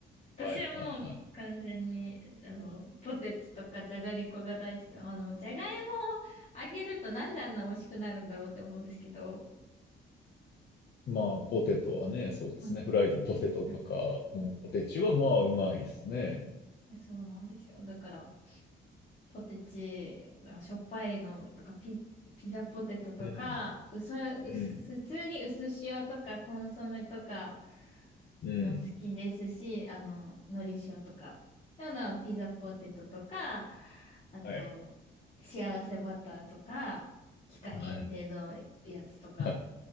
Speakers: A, on the left; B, on the left.
A: 私はもう完全に、
B: はいはいはい。
A: あの、ポテチとかじゃがりこが大好きで。あの、じゃがいもをあげるとなんであんな美味しくなるんだろうって思うんですけど。
B: まあ、ポテトはね、そうですね。
A: 本日。
B: フライドポテトとか、
A: 本日
B: うん、ポテチはまあ、うまいですね。
A: そうなんですよ。だから、ポテチ、なんかしょっぱいのとか、ピ、ピザポテトとか、
B: うん、
A: うそ、うす普通に薄塩とかコンソメとか、
B: うん、うん。
A: も好きですし、あの、のり塩とか、あの、ピザポテトとか、あと、
B: はい。
A: 幸せバターとか、期間限定のやつとか
B: はい。はい。